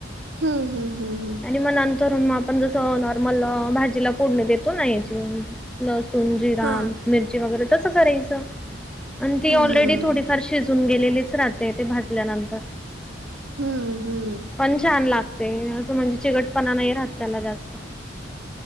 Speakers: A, on the right; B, in the centre.
A: हम् हम् हम् हम्.
B: आणि मग नंतरग आपण जस नॉर्मल भाजीला पोडण देतो ना याची. लसूण, जिरा,
A: हां
B: मिरची, वगैरे तस करायचं आणि ती
A: हम्म
B: ऑलरेडी थोडीफार शिज जून गेलेलीच राहते ते भाजल्यानंतर.
A: हम्म-हम्म.
B: पण छान लागते असं म्हणजे चिकटपणा नाय राहत त्याला जास्त.